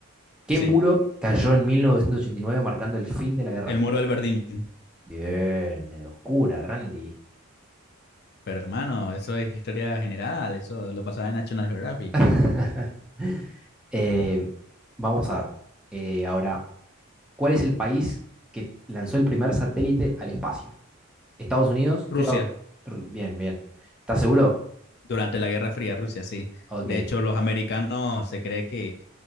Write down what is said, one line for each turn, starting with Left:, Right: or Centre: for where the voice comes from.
Centre: ¿Qué
Left: Sí,
Centre: muro cayó en 1989 marcando el fin de la Guerra
Left: el
Centre: Fría?
Left: muro del Berlín.
Centre: Bien, la locura, Randy.
Left: Pero hermano, eso es historia general, eso lo pasaba en National Geographic.
Centre: <laughs> Eh, vamos a ver. eh, ahora, ¿cuál es el país que lanzó el primer satélite al espacio? Estados Unidos,
Left: Rusia,
Centre: te digo, r- bien, bien. ¿Estás seguro?
Left: durante la Guerra Fría, Rusia, sí.
Centre: Ok,
Left: De hecho, los americanos se cree que